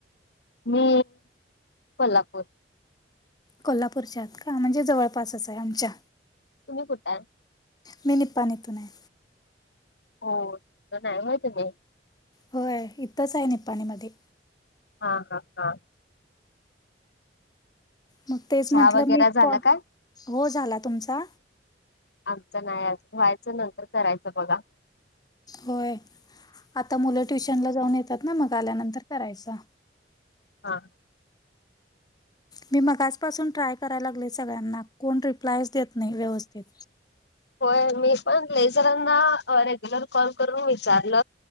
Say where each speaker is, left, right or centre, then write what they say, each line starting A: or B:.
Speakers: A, on the left; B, on the left.
A: मी कोल्हापूर.
B: कोल्हापूरच्यात का म्हणजे जवळपासच आहे आमच्या.
A: तुम्ही कुठं आहे?
B: मी निपानी तु आहे.
A: हो तर इथच आहे हाय का नाय.
B: होय इथंच आहे निपाणीमध्ये.
A: हा हा हा.
B: मग तेच
A: चहा
B: म्हटलं
A: वगैरे
B: मी
A: झाला
B: कॉल
A: काय
B: हो झाला तुमचा
A: आमच नाही अजून व्हायचं नंतर करायच बघा.
B: होय आता मुलं ट्युशनला जाऊन येतात ना मग आल्यानंतर करायचा.
A: हा.
B: मी मगाच आजपासून ट्राय करायला लागले सगळ्यांना कोण रिप्लायच देत नाही व्यवस्थित.
A: होय मी पण लयझरांना रेग्युलर कॉल करून विचारल